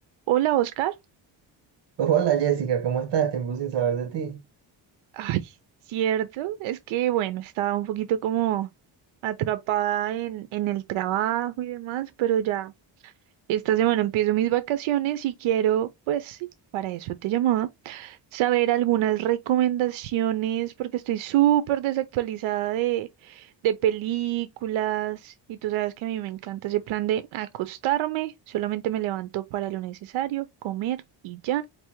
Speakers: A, on the right (about 90°); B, on the right (about 65°).
A: Hola, Oscar.
B: Hola Jessica, ¿cómo estás? Tiempo sin saber de ti.
A: Ay, cierto, es que bueno, estaba un poquito como atrapada en, en el trabajo y demás, pero ya esta semana empiezo mis vacaciones y quiero, pues sí, para eso te llamaba, saber algunas recomendaciones porque estoy súper desactualizada de, de películas y tú sabes que a mí me encanta ese plan de acostarme, solamente me levanto para lo necesario, comer y ya.